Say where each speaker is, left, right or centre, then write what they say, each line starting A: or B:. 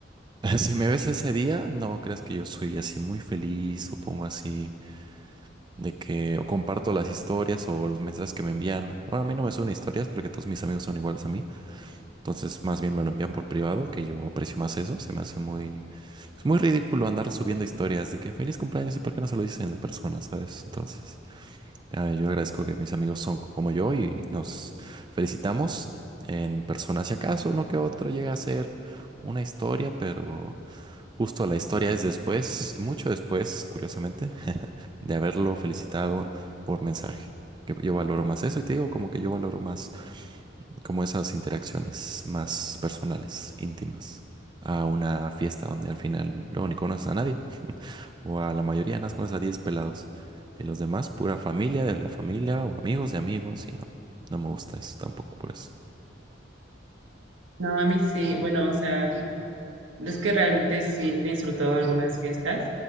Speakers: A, on the right (about 25°); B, on the right (about 85°).
A: <laughs> si me ves ese día, no creas que yo soy así muy feliz o pongo así de que o comparto las historias o los mensajes que me envían. Bueno, a mí no me suben historias porque todos mis amigos son iguales a mí. Entonces, más bien me lo envían por privado, que yo aprecio más eso. Se me hace muy, es muy ridículo andar subiendo historias de que feliz cumpleaños y por qué no se lo dicen en persona, ¿sabes? Entonces, ah, yo agradezco que mis amigos son como yo y nos felicitamos en persona. Si acaso uno que otro llega a ser una historia, pero justo la historia es después, mucho después, curiosamente de haberlo felicitado por mensaje. Que yo valoro más eso y te digo como que yo valoro más como esas interacciones más personales, íntimas, a una fiesta donde al final luego ni conoces a nadie o a la mayoría nada más conoces a 10 pelados y los demás pura familia de la familia o amigos de amigos y no, no me gusta eso tampoco por eso.
B: No, a mí sí, bueno, o sea, Es que realmente sí he disfrutado algunas fiestas,